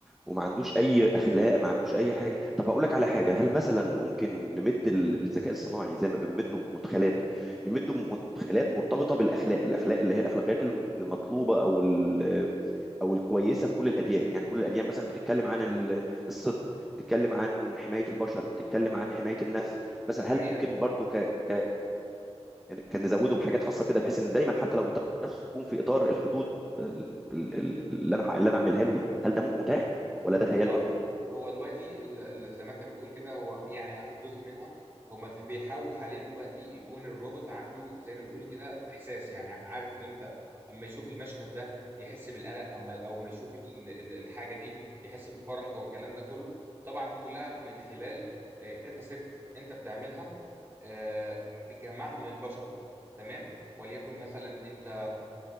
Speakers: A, in the centre; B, on the right (about 20°).
A: وما عندوش اي اخلاق ما عندوش اي حاجه طب هقول لك على حاجه هل مثلا ممكن نمد ال- الذكاء الصناعي زي ما بنمده بمدخلات نمده بمدخلات مرتبطه بالاخلاق الاخلاق اللي هي الاخلاقيات الم- المطلوبه او ال- او الكويسه في كل الاديان يعني كل الاديان مثلا بتتكلم عن ال- الصدق بتتكلم عن حمايه البشر بتتكلم عن حمايه النفس مثلا
B: ده حقيقه
A: هل ممكن برضو ك ك كان نزوده بحاجات خاصه كده بحيث ان دايما حتى لو بيطلع نفسه يكون في اطار الحدود ال- ال- ال- اللي انا اللي انا عاملها له دي هل ده متاح ولا ده خيال
B: هو
A: برضو
B: هو دلوقتي ال- ال- زي ما انت بتقول كده هو يعني هاخد جزء منها هما د- بيحاولوا حاليا دلوقتي يكون الروبوت عنده زي ما بيقولوا كده احساس يعني عارف امتى اما يشوف المشهد ده يحس بالقلق اما او ما يشوف ال- ال- الحاجه دي يحس بالفرح او الكلام ده كله طبعا دي كلها من خلال آه، داتا سيت انت بتعملها آه، بتجمعها من البشر تمام وليكن مثلا انت